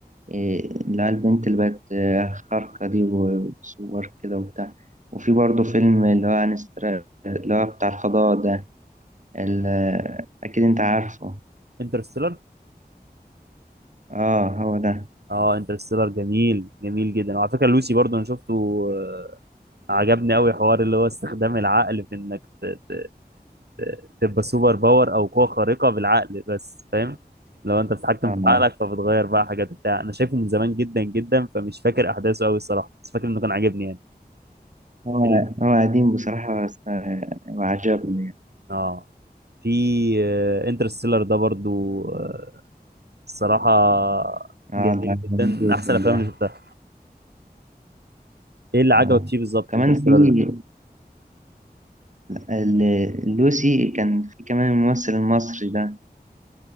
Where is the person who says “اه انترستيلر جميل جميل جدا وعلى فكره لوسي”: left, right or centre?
Right